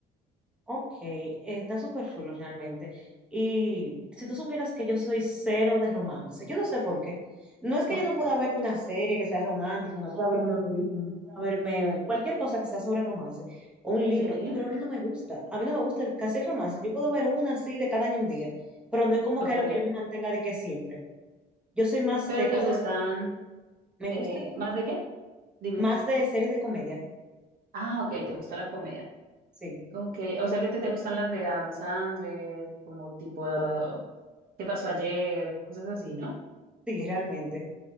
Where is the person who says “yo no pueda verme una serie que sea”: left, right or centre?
Centre